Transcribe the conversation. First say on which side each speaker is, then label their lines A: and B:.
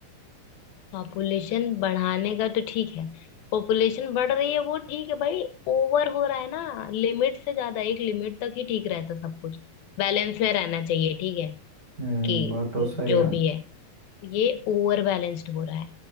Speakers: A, on the left (about 75°); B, on the right (about 25°).
A: पॉपुलेशन बढ़ाने का तो ठीक है पॉपुलेशन बढ़ रही है वो ठीक है भाई ओवर हो रहा है ना लिमिट से ज्यादा एक लिमिट तक ही ठीक रहता सब कुछ बैलेंस में रहना चाहिए ठीक है
B: हम्म
A: कि
B: बात तो सही
A: जो
B: है
A: भी है ये ओवर बैलेंस्ड हो रहा है